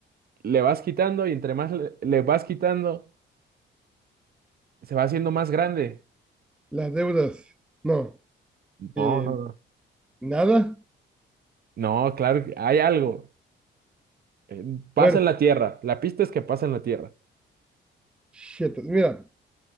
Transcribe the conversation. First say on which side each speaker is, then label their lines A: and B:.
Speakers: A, on the right; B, in the centre.
A: le vas quitando y entre más le, le vas quitando, se va haciendo más grande.
B: Las deudas. No.
A: No,
B: Eh,
A: no, no.
B: nada.
A: No, claro, que hay algo. Eh, Pasa
B: Bueno,
A: en la tierra. La pista es que pasa en la tierra.
B: shit. Mira,